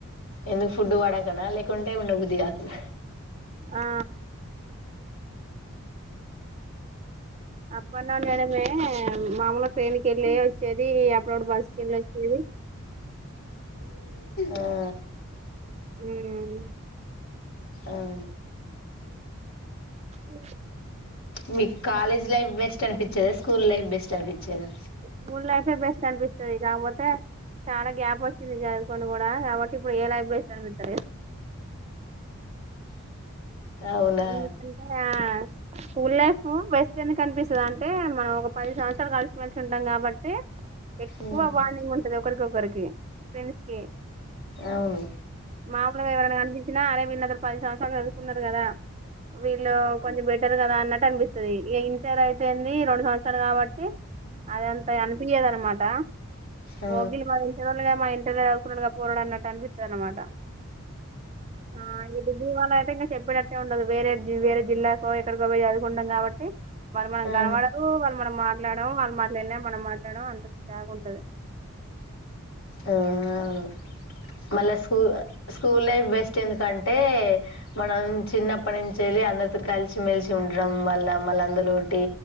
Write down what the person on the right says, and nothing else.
ఆ అప్పండౌన్ చెయ్యడమే మామూలుగా ట్రైన్ కి వెళ్ళి వచ్చేది అప్పుడప్పు బస్కి వెళ్ళి వచ్చేది
ఉమ్
ఉమ్
స్కూల్ లైఫే బెస్ట్ అనిపిస్తది కాపోతే చాలా గ్యాప్ వచ్చింది చదువుకొని కూడా కాబట్టి ఇప్పుడు ఏ లైఫ్ బెస్ట్ అనిపిత్తలేదు
ఎందుకంటే ఆ స్కూల్ లైఫ్ బెస్ట్ ఎందుకు అనిపిస్తది అంటే మనం ఒక పది సంవత్సరాలు కలిసిమెలిసి ఉంటాం కాబట్టి ఎక్కువ
బాండింగ్ ఉంటది ఒకరికొకరికి ఫ్రెండ్స్ కి
మామలుగా ఎవరైనా కనిపిచ్చినా అరే వీళ్లు నాతోటి పది సంవత్సరాలు చదువుకున్నారు కదా వీళ్ళు కొంచెం బెటర్ కదా అన్నట్టు అనిపిస్తది ఇగ ఇంటర్ అయితేంది రెండు సంవత్సరాలు కాబట్టి అద అంత అనిపియ్యదు అనమాట
ఓ గిల్లు మన ఇంటరోళ్లు మా ఇంటర్ ల చదువుకున్నడు గా పోరాడు అన్నట్టు అనిపిత్తది అనమాట ఆ ఈ డిగ్రీ వాళ్ళ అయితే ఇంకా చెప్పేటట్ ట్టె ఉండదు వేరే వేరే జిల్లాకో ఎక్కడికో పోయి చదువుకుంటాం కాబట్టి వాళ్ళుమనకనపడరు
వాళ్ళు మనం మాట్లాడం వాళ్ళు మాట్లాడినా మనం మాట్లాడం అంత చికాక్ వుంటది